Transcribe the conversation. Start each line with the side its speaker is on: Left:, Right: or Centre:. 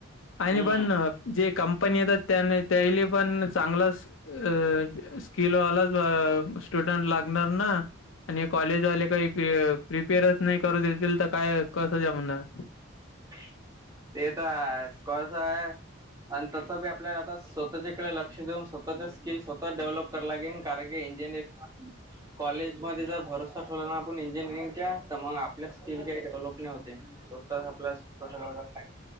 Left: आणि
Right: हम्म
Left: पण जे कंपनी येतात, त्याने त्यायले पण चांगलाचअ स्किलवाला अ स्टुडंट लागणार ना. आणि कॉलेजवाले काही प्रिपेअरच नाही करू देतील तर, काय कसं जमणार?
Right: <inaudible> ते तर हायच. कसं हाय? आणि तसं बी आपल्याला आता स्वतःच्याकडे लक्ष देऊन, स्वतःच्या स्किल स्वतः डेव्हलप कराले लागेन. कारण की इंजिनिर <inaudible> कॉलेज मध्ये जर भ ठेवला ना आपण इंजिनिअरिंगच्या, तर मग आपल्या स्किल काही डेव्हलप नाही होते. स्वतः आपल्या <unintelligible>